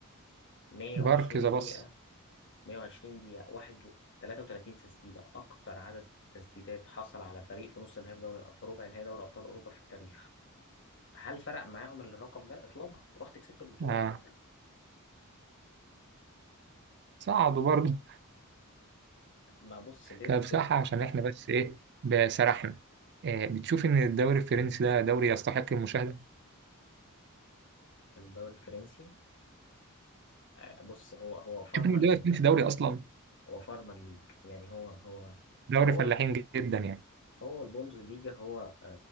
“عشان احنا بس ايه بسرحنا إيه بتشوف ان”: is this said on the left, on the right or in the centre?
Right